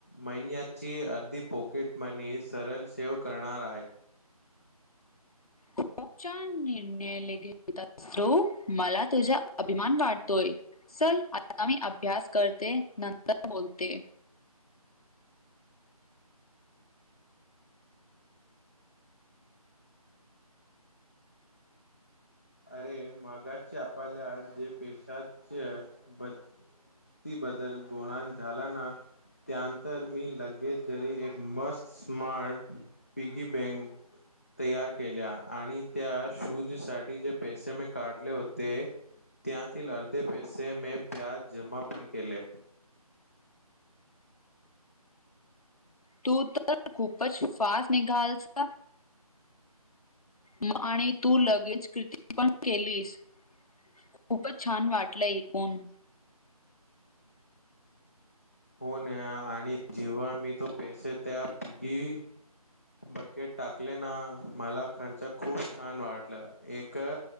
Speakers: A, on the left; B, on the left.
A: महिन्याची अर्धी पॉकेटमनी सरल सेव करणार आहे.
B: खूप छान निर्णय <unintelligible> मला तुझा अभिमान वाटतोय. चल आता मी अभ्यास करते, नंतर बोलते.
A: अरे मगाशी आपल्या जे पेशाच्या बती बद्दल गोणान झाला ना? त्यानंतर मी लगेच जरी एक मस्त स्मार्ट पिगी बँग तयार केल्या आणि त्या शूजसाठी जे पैसे मे काढले होते, त्यातील अर्धे पैसे मे ब्याज जमा पण केले.
B: तू तर खूपच फास्ट निघालसा. म आणि तू लगेच किर्ती पण केलीस, खूपच छान वाटलं ऐकून.
A: हो नेहा आ णि जेव्हा मी तो पैसे त्या पिघी बकेट टाकले ना मला खर्च खूप छान वाटलं. एक